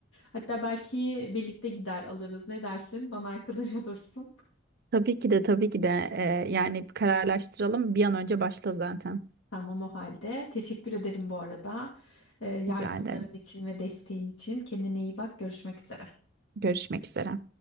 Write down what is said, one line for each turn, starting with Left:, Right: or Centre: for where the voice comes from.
Left: Hatta belki birlikte gider alırız. Ne dersin? Bana arkadaş <laughs> olursun.
Right: Tabii ki de tabii ki de e, yani kararlaştıralım. Bir an önce başla zaten.
Left: Tamam o halde. Teşekkür ederim bu arada. E, yardımların
Right: Rica ederim.
Left: için ve desteğin için. Kendine iyi bak. Görüşmek üzere.
Right: Görüşmek üzere.